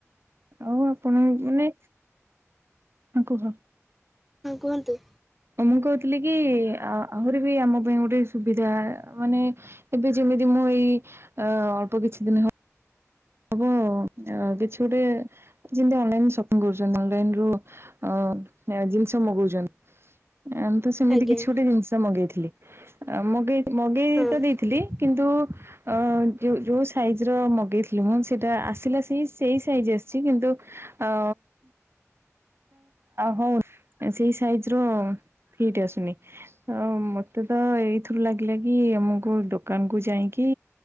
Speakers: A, on the right; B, in the centre.
A: ଆଉ ଆପଣ ମାନେ ହଁ କୁହ।
B: ହଁ କୁହନ୍ତୁ।
A: ମୁଁ କହୁଥିଲି କି ଆ ଆହୁରି ବି ଆମ ପାଇଁ ଗୋଟେ ସୁବିଧା ମାନେ ଏବେ ଯେମିତି ମୁଁ ଏଇ ଅ ଅଳ୍ପ କିଛି ଦିନ ହ ହବ କିଛି ଗୋଟେ ଯେମତି ଅନଲାଇନ ସପିଙ୍ଗ କରୁଛନ୍ତି ଅନଲାଇନ ରୁ ଅ ଜିନିଷ ମଗଉଛନ୍ତି। ଆମେ ତ ସେମିତି
B: ଆଜ୍ଞା
A: କିଛି ଗୋଟେ ଜିନିଷ ମଗେଇଥିଲି ମଗେଇ ମଗେଇ
B: ହଁ
A: ତ ଦେଇଥିଲି। କିନ୍ତୁ ଅ ଯୋଉ ସାଇଜ ର ମଗେଇ ମୁଁ ସେଟା ଆସିଲା ସେ ସେଇ ସାଇଜ ଆସିଛି କିନ୍ତୁ ଆ ହଉ ସେଇ ସାଇଜ ର ଫିଟ୍ ଆସୁନି। ତ ମତେ ତ ଏଇଥିରୁ ଲାଗିଲା କି ଆମକୁୋଉ ଦୋକାନ କୁ ଯାଇକି